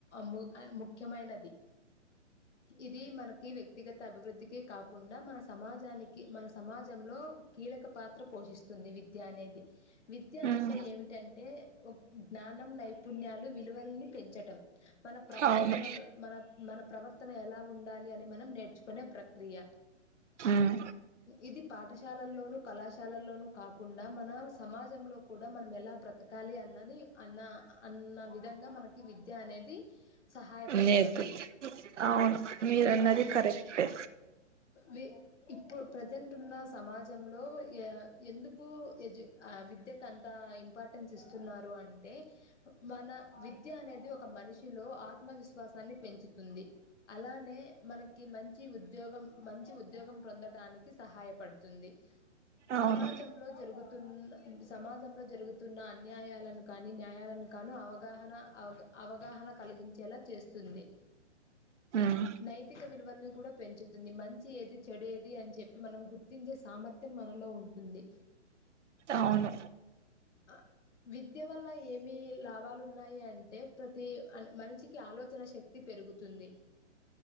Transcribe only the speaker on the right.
ఉమ్
అవును
ఉమ్
నేర్పు అవును మీరన్నది
కరెక్టే
అవును
ఉమ్
అవును